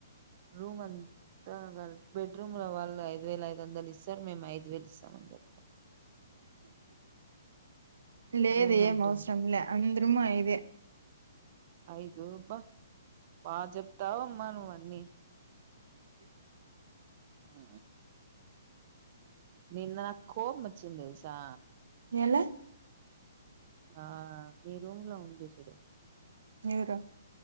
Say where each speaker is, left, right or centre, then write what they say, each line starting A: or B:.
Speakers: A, on the right; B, on the right.
A: రూమ్ అ ఇద్దరం కలిపి బెడ్ రూమ్ లో వాళ్ళు ఐదు వేల ఐదు వందలు ఇస్తారు మేము ఐదు వేలు ఇస్తామని చెప్తా
B: లేదు
A: ఏమంటది
B: ఏం అవసరంలే అంద అమ్మా ఇదే
A: ఐదు అబ్బ భాజప్తావు అమ్మా నువ్వు అన్ని అఆ నిన్న నాకు కోపం వచ్చింది తెలుసా
B: ఎలా
A: ఆ మీ రూమ్ లో ఉంది చూడు
B: ఎవరు